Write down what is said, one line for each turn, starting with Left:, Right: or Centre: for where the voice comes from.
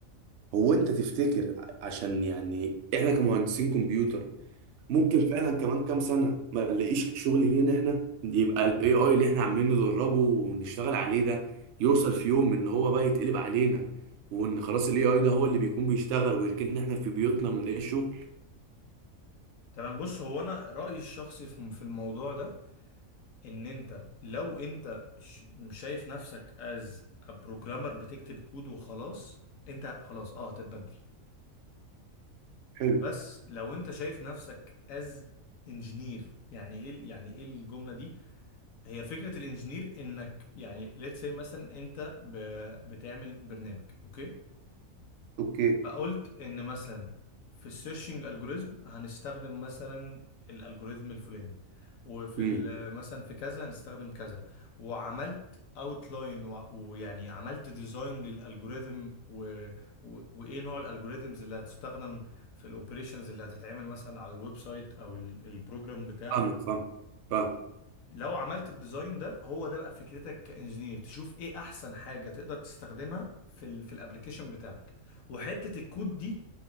Right: هو انت تفتكر ع- عشان يعني احنا كمهندسين كمبيوتر ممكن فعلا كمان كام سنة ما نلاقيش شغل لينا احنا يبقى الاي اي اللي احنا عمالين ندربه ونشتغل عليه ده يوصل في يوم ان هو بقى يتقلب علينا وان خلاص الاي اي ده هو اللي بيكون بيشتغل ويركننا احنا في بيوتنا ما نلاقيش شغل
Left: تمام بص هو انا رأيي الشخصي في في الموضوع ده ان انت لو انت ش- مش شايف نفسك از بروجرامر بتكتب كود وخلاص انت خلاص اه هتتبدل
Right: حلو
Left: بس لو انت شايف نفسك از انجينير يعني ايه ال- يعني ايه الجملة دي هي فكرة الانجينير انك يعني let's say مثلا انت ب- بتعمل برنامج اوكي
Right: اوكي
Left: فقلت ان مثلا في السيرشنج الجوريزم هنستخدم مثلا الالجوريزم الفلاني وفي
Right: امم
Left: ال- مثلا في كذا هنستخدم كذا وعملت اوتلاين ويعني عملت ديزاين للالجوريزم و... و... وايه نوع الالجوريزمز اللي هتستخدم في الاوبريشنز اللي هتتعمل مثلا على الويب سايت او ال- البروجرام بتاعك
Right: فاهمك فاهم فاهم
Left: لو عملت الديزاين ده هو ده بقى فكرتك كانجينير تشوف ايه احسن حاجه تقدر تستخدمها في ال... في الابلكيشن بتاعك وحته الكود دي